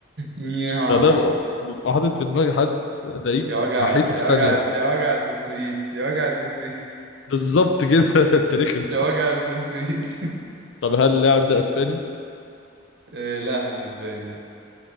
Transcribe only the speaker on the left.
انا ببقى ببقى حاطط في دماغي حد الاقيك
محيته
في ثانيه
بالظبط كده <laughs> ده انت رخم
طب هل اللاعب ده اسباني